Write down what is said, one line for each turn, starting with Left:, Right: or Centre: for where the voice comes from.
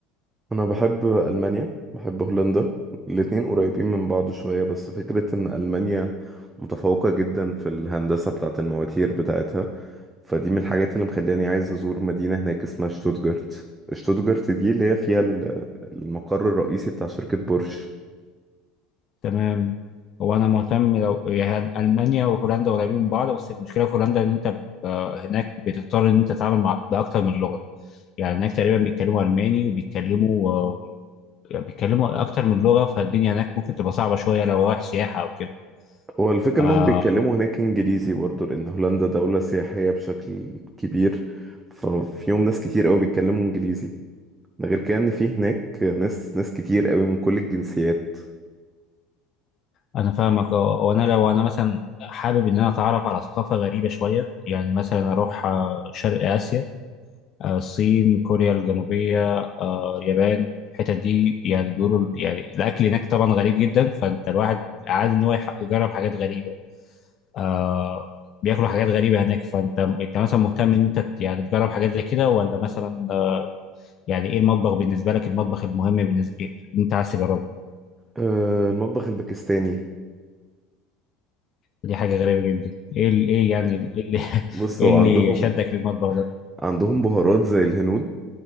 Right: انا بحب المانيا بحب هولندا الاتنين قريبين من بعض شوية بس فكرة ان المانيا متفوقة جدا في الهندسة بتاعت المواتير بتاعتها فدي من الحاجات اللي مخلاني عايز أزور مدينة هناك اسمها شتوتجارت شتوتجارت دي اللي هي فيها ال- المقر الرئيسي بتاع شركة بورش
Left: تمام هو انا مهتم لو يعني المانيا وهولندا قريبين من بعض بس المشكلة في هولندا ان انت آه هناك بتضطر ان انت تتعامل مع باكتر من لغة يعني هناك تقريبا بيتكلموا الماني وبيتكلموا آه بيتكلموا اكتر من لغة فالدنيا هناك ممكن تبقى صعبة شوية لو رايح سياحة او كده
Right: هو الفكرة
Left: آه،
Right: إنهم بيتكلموا هناك إنجليزي برضه لأن هولندا دولة سياحية بشكل كبير ففيهم ناس كتير أوي بيتكلموا إنجليزي ده غير كده إن في هناك ناس ناس كتير أوي من كل الجنسيات
Left: انا فاهمك اه وانا لو انا مثلا حابب ان انا اتعرف على ثقافه غريبه شويه يعني مثلا اروح آه، شرق اسيا آه، الصين كوريا الجنوبيه آه، اليابان الحتت دي يعني بيقولوا يعني الاكل هناك طبعا غريب جدا فانت الواحد عاد ان هو يح- يجرب حاجات غريبه آه، بياكلوا حاجات غريبه هناك فانت انت مثلا مهتم ان انت ت- يعني تجرب حاجات زي كده ولا مثلا آه، يعني ايه المطبخ بالنسبه لك المطبخ المهم بالنسبه انت عايز تجربه
Right: آه، المطبخ الباكستاني
Left: دي حاجة غريبة جدا ايه ال- ايه يعني ال- ايه اللي <laughs>
Right: بص
Left: ايه
Right: هو
Left: اللي
Right: عندهم
Left: شدك للمطبخ ده
Right: عندهم بهارات زي الهنود